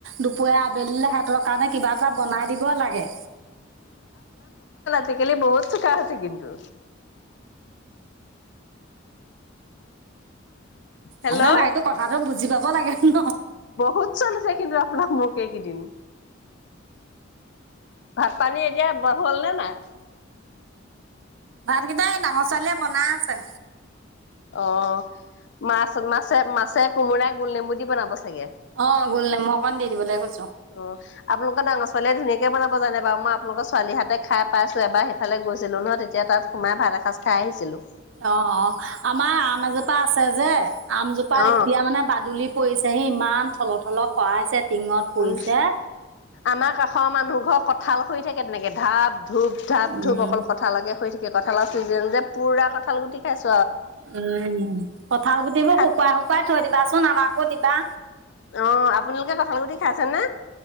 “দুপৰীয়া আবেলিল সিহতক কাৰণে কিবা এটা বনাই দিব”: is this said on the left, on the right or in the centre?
Right